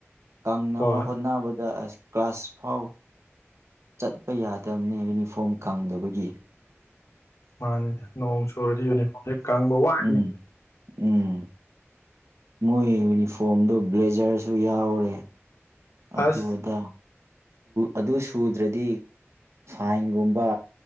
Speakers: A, on the right (about 75°); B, on the left (about 90°).
A: ꯀꯪꯅꯕ
B: ꯍꯣꯏ
A: ꯍꯣꯠꯅꯕꯗ ꯑ ꯀ꯭ꯂꯥꯁ ꯐꯥꯎ ꯆꯠꯄ ꯌꯥꯗꯕꯅꯤ ꯌꯨꯅꯤꯐꯣꯔꯝ ꯀꯪꯗꯕꯒꯤ
B: ꯃꯥꯅꯤ ꯅꯣꯡ ꯆꯨꯔꯗꯤ ꯌꯨꯅꯤꯐꯣꯔꯝ ꯍꯦꯛ ꯀꯪꯕ ꯋꯥꯂꯤ
A: ꯎꯝ ꯎꯝ ꯃꯣꯏ ꯌꯨꯅꯤꯐꯣꯔꯝꯗꯨ ꯕ꯭ꯂꯦꯖꯔꯁꯨ ꯌꯥꯎꯔꯦ ꯑꯗꯨꯗ
B: ꯑꯁ
A: ꯑꯗꯨ ꯁꯨꯗ꯭ꯔꯗꯤ ꯐꯥꯏꯟꯒꯨꯝꯕ